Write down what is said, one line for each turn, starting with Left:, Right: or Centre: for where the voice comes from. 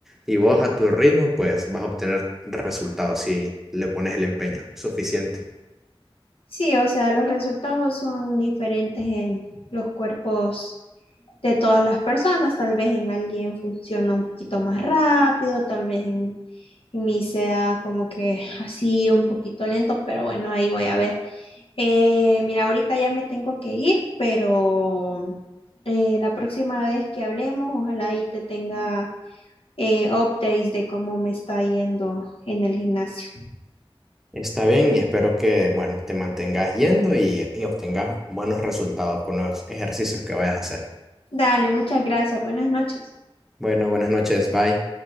Centre: y vos a tu ritmo, pues vas a obtener resultados si le pones el empeño suficiente.
Left: Sí, o sea, los resultados son diferentes en los cuerpos de todas las personas. Tal vez en alguien funciona un poquito más rápido, tal vez en, en mí sea como que <laughs> así un poquito lento, pero bueno, ahí voy a ver. Eh, mira, ahorita ya me tengo que ir, pero eh, la próxima vez que hablemos, ojalá ahí te tenga eh, updates de cómo me está yendo en el gimnasio.
Centre: Está bien y espero que, bueno, te mantengas yendo y, y obtengas buenos resultados con los ejercicios que vayas a hacer.
Left: Dale, muchas gracias. Buenas noches.
Centre: Bueno, buenas noches, bye.